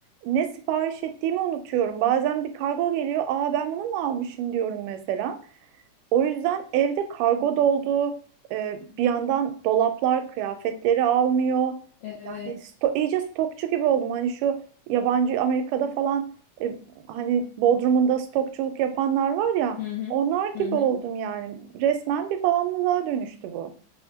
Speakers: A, on the right; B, on the left.
A: ne sipariş ettiğimi unutuyorum. Bazen bir kargo geliyor, aa ben bunu mu almışım diyorum mesela. O yüzden evde kargo doldu. Ee, bir yandan dolaplar kıyafetleri almıyor.
B: Evet.
A: Yani sto iyice stokçu gibi oldum. Hani şu yabancı Amerika'da falan e, hani Bodrum'unda stokçuluk yapanlar var ya,
B: Hı hı.
A: onlar gibi
B: Hı hı.
A: oldum yani. Resmen bir bağımlılığa dönüştü bu.